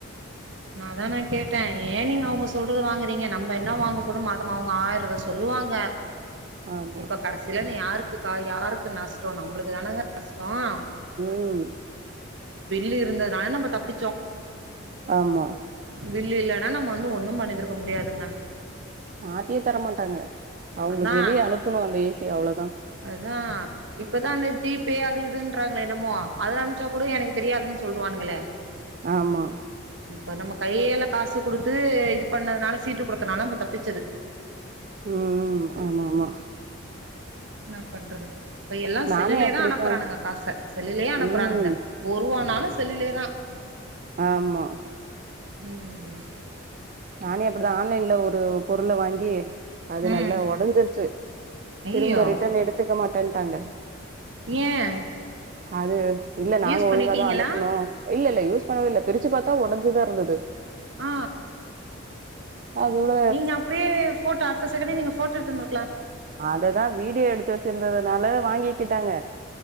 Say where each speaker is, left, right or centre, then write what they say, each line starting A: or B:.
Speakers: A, on the right; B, on the right.
A: அதான் நான் கேட்டேன் ஏன் நீங்க அவங்க சொல்றது வாங்குறீங்க நம்ம என்ன வாங்கப்போறோமோ அதமா அவங்க ஆயிரம் சொல்லுவாங்க
B: ஆமா
A: இப்ப கடைசியில இருந்து யாருக்கு இருக்கா யாருக்கு நஷ்டோம் நம்புளுக்கு தானுங்க நஷ்டோம்
B: ம்
A: பில்லு இருந்ததுனால நம்ம தப்பிச் சோம்
B: ஆம்மா
A: பில்லு இல்லனா நம்ம வந்து ஒண்ணும் பண்ணிருந்துக்க முடியாதுங்க
B: மாத்தியே தரமாட்டாங்க அவுங்களுக்கு
A: அன்னா
B: வெளிய அனுப்பணு அந்த ஏசிய அவ்ளோதா
A: அதா இப்பதா அந்த ஜீப்பே அது இது துன்றான்களே என்னமோ அதுல அனுப்ச்சா கூட எனக்கு தெரியாதுனு சொல்டுவான்ங்களே
B: ஆமா
A: இப்ப நம்ம கையல காசு குடுத்து இது பண்ணதுனால சீட்டு குடுத்தனால நம்ப தப்பிச்சது
B: ம்ம் ஆமா ஆமா
A: என்னா பண்றது இப்ப எல்லா
B: நானே
A: செல்லிலேதா
B: அப்டித்தா
A: அனுப்பறானுக காச செல்லுலே அனுப்றானுங்க
B: ம்
A: ஒர்ருவானாலு செல்லுலேதா
B: ஆமா
A: ம்
B: நானே அப்டிதா ஆன்லைன்ல ஒரு பொருள வாங்கி அது
A: ம்
B: நல்ல ஒடஞ்சிருச்சு
A: ஐயயோ
B: திரும்ப ரிட்டன் எடுத்துக்க மாட் மாட்டன்ட்டாங்க
A: ஏ
B: அது இல்ல நாங்க
A: யூஸ்
B: ஒழுங்காதா
A: பண்ணிட்டீங்களா
B: அனுப்புனோ இல்லல் யூஸ் பண்ணவேல்ல பிரிச்சு பாத்தா ஒடஞ்சுதா இருந்துது
A: ஆ
B: அதோட
A: நீங்க அப்டியே ஃபோட்டோ அடுத்த செகண்டே நீங்க ஃபோட்டோ எடுத்துந்துரு
B: அததா வீடியோ எடுத்து வச்சிருந்தத நால வாங்கிகிட்டாங்க